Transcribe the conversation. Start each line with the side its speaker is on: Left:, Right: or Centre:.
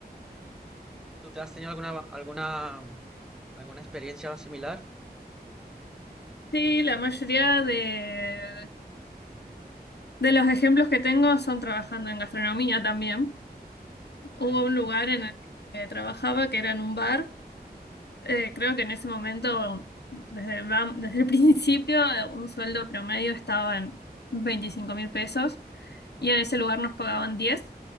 Centre: ¿Tú te has tenido alguna, alguna, alguna experiencia similar?
Left: Sí, la mayoría de, de los ejemplos que tengo son trabajando en gastronomía también.
Centre: Sí.
Left: Hubo un lugar en el que trabajaba que era en un bar. Eh, creo que en ese momento, desde, el vam- desde el <laughs> principio, eh, un sueldo promedio estaba en 25 mil pesos y en ese lugar nos pagaban 10,